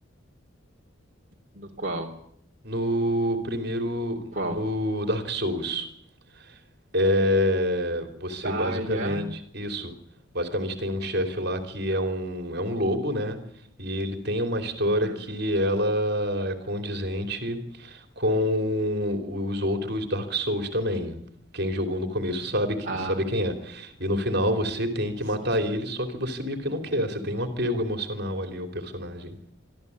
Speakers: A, on the right (about 40°); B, on the right (about 55°).
A: No qual?
B: no primeiro
A: Qual?
B: no Dark Souls. É, você
A: Ah,
B: basicamente,
A: é?
B: isso, basicamente tem um chefe lá que é um, é um lobo, né? E ele tem uma história
A: Uhum.
B: que ela é condizente com os outros Dark Souls também. Quem jogou no começo sabe, que-
A: Ah,
B: sabe quem é. E no final você tem que
A: sim,
B: matar
A: sim.
B: ele, só que você meio que não quer, você tem um apego emocional ali ao personagem.